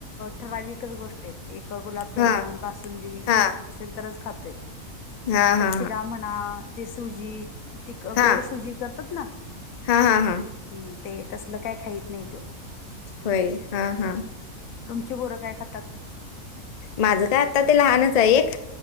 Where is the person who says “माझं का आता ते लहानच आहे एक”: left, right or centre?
Left